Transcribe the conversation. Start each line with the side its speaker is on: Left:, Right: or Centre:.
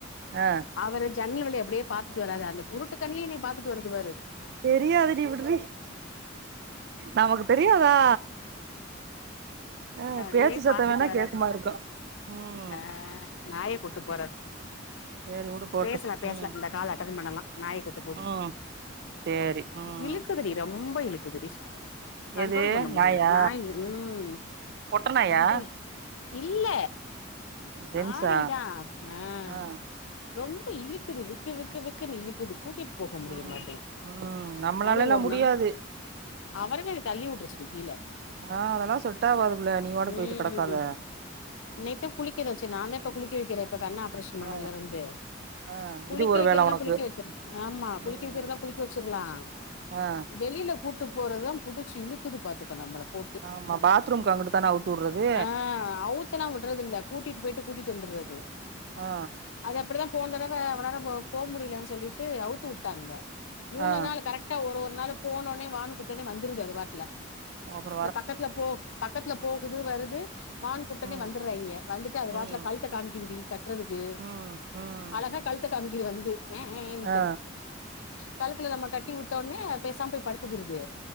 Right: ஆ
Left: அவரு ஜன்னல் வழி அப்டியே பாத்துட்டு வராரு அந்த குருட்டு கண்லேயு என்ன பாத்துட்டு வருதுபாரு
Right: தெரியாதுடி விடுரி நமக்கு தெரியாதா ஆ
Left: அப்டியே
Right: பேச்சு சத்தோ
Left: பாத்துட்டு
Right: வேணா
Left: வரே
Right: கேக்குமா
Left: அப்டி
Right: இருக்கு ம்
Left: அஹ் நாயேப் கூட்டு போறாரு
Right: சேரி வுடு போட்டு
Left: பேஷ்ல பேஷ்ல
Right: ம்
Left: இந்த காலு அட்டனு பண்ணலா நாய கூட்டு போது
Right: ம் சேரி ம்
Left: இழுக்குதுடி ரொம்ப இழுக்குதுடி கண்ட்ரோல்
Right: எது
Left: பண்ண முடியல
Right: நாயா
Left: நாய் உம்
Right: பொட்ட நாயா
Left: கண்ட்ரோல் இல்ல
Right: ஜென்ஸா
Left: ஆரிதா ஆஹ்
Right: ஆ
Left: ரொம்ப இழுக்குது விக்கு விக்கு விக்குன்னு இழுக்குது கூட்டிட்டு போக முடிய
Right: ம்
Left: மாட்டேங்
Right: ம் நம்மளாலல்லா
Left: அது ஒரு
Right: முடியாது
Left: நாள் அவர்கள் தள்ளி உட்ற சொல்லு கீழே
Right: ஆ அதெல்லா செட் ஆவாது புள்ள நீ பாட்டுக்கு
Left: உம்
Right: போயிட்டு கெடக்காத
Left: நேத்து புளிக்கறி வச்சே நான்தே இப்ப குளிக்க வைக்கிறேன் இப்ப கண் ஆப்ரேஷன் பண்ணதுல
Right: ஆ
Left: இருந்து
Right: ஆ
Left: குளிக்க
Right: இது ஒரு
Left: வைக்கிறதுல்லா
Right: வேல உனக்கு
Left: குளிக்க வச்சிரு ஆமா குளிக்க
Right: ம்
Left: வைக்கிறதுதா குளிக்க வச்சிரலா
Right: ஆ
Left: வெளில கூட்டு போறதான் புடிச்சு இழுக்குது பாத்துக்க நம்மள போட்டு
Right: ஆமா பாத்ரூம்க்கு அங்குட்டு தான அவுத்து வுட்றது
Left: அஹ் அவுத்தெல்லா உடுறது இல்ல கூட்டிட்டு போய்ட்டு கூட்டிட்டு வந்துறது பது
Right: ஆ
Left: அது அப்படித்தான் போன தடவை அவரால போவ முடியலன்னு சொல்லிட்டு அவுத்து விட்டாங்க மூணு
Right: ஆ
Left: நாள் கரெக்டா ஒரு ஒரு நாள் போனோனே வானு கூப்டோனே வந்துருது அது பாட்லா
Right: ஓவர்
Left: இந்த பக்கத்துல போ பக்கத்துல போகுது வருது வான் கூப்டோனே
Right: ம்
Left: வந்துடுறாங்க வந்துட்டு அது
Right: ம்
Left: பாட்லா கல்தட் காமிக்குதடி கட் றதுக்கு
Right: ம் ம்
Left: அழகா கழுத்த காம்பிக்கிது வந்து <unintelligible> ஏன்ட்டு
Right: ஆ
Left: கழுத்துல நம்ம கட்டி உட்டோனே பேசாம போய் படுத்துக்குறது